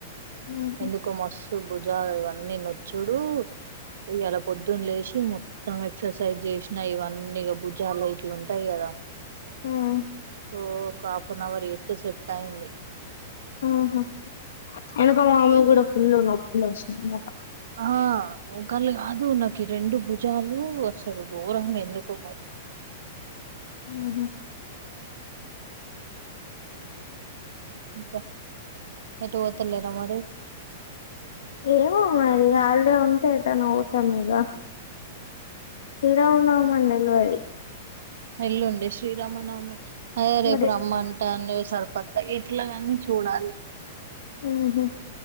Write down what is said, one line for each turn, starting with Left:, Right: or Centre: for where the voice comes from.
Left: ఉహు
Right: ఎందుకు మస్ భుజాలు ఇవన్నీ నొచ్చుడు ఇ ఇలా పొద్దున్న లేచ మొత్తం ఎక్సర్సైజ్ చేసినా ఇవన్నీ ఇ భుజాలు ఇట్లు ఉంటాయి కదా
Left: హ్మ్మ్
Right: ఓ ఒక హాఫ్ అన్ అవర్ ఎయితే సెట్ అయింది
Left: హమ్ ఎకు మామ కూడా <unintelligible> ఫుల్లు నొప్పి లేస్తుంది
Right: ఆ మూకాళ్ళ కాదు నాకు రెండు భుజాలు అసలు ఘోరంగా ఎందుకో మరి
Left: హ
Right: కా ఎటు వత్త లేనా అ మరి
Left: ఏమో మరి హాలిడే ఉంటే ఎట్టన్నా పోతాం ఇంగా శ్రీరామనవమని అని తెలవదు మరి
Right: ఎల్లుండే శ్రీరామనవమి ఏ రేపు
Left: మరి
Right: రమ్మను పుట్టలు సరిపత్త ఇట్లా కాన్ని చూడాలి
Left: హ్మ్మ్